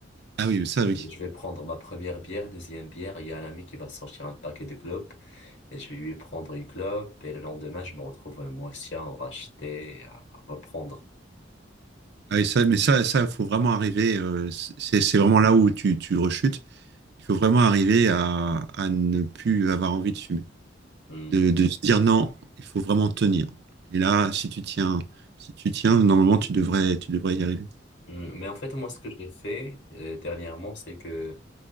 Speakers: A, on the right (about 60°); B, on the left (about 70°).
A: ah oui, ça,
B: Je
A: oui.
B: vais prendre ma première bière, deuxième bière. Il y a un ami qui va sortir un paquet de clopes et je vais lui prendre une clope. Et le lendemain, je me retrouve euh, moi aussi à en racheter, et à reprendre.
A: Ah, et ça, mais ça, ça, faut vraiment arriver. euh, c'est, c'est vraiment là où tu, tu rechutes. Il faut vraiment arriver à, à ne plus avoir envie de fumer,
B: Hmm,
A: de, de se dire non. Il faut vraiment tenir. Et là, si tu tiens, si tu tiens, normalement, tu devrais, tu devrais y arriver.
B: hmm. Mais en fait, moi, ce que j'ai fait euh, dernièrement, c'est que